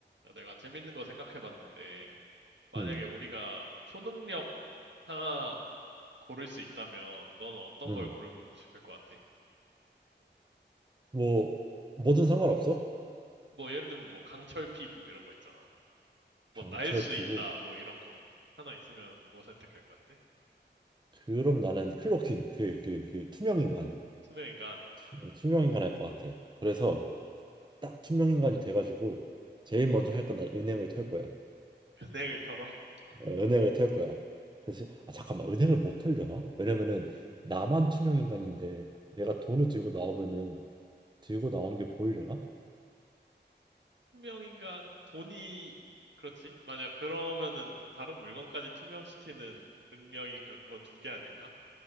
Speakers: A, on the right; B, on the right.
A: 야, 내가 재밌는 거 생각해봤는데, 만약에
B: 음,
A: 우리가 초능력 하나 고를 수 있다면, 너는 어떤
B: 음.
A: 걸 고르고 싶을 것 같아?
B: 뭐 뭐든 상관없어?
A: 뭐, 예를 들면 뭐, 강철 피부 이런 거 있잖아. 뭐,
B: 강철
A: 날 수
B: 피부.
A: 있다, 뭐, 이런 거. 하나 있으면 뭐 선택할 것 같아?
B: 그럼 나는 클로킹 그 그 그 투명 인간.
A: 투명인간,
B: 투- 어, 투명 인간 할 것 같아. 그래서 딱 투명 인간이 돼가지고 제일 먼저 할 건 난 은행을 털 거야.
A: 연예인을 털어? <laughs>
B: 어, 은행을 털 거야. 그래서 아 잠깐만 은행을 못 털려나? 왜냐면은 나만 투명 인간인데 내가 돈을 들고 나오면은 들고 나오는 게 보이려나?
A: 투명인간, 돈이, 그렇지? 만약 그러면은, 다른 물건까지 투명시키는 능력이니까 그건 두 개 아닐까?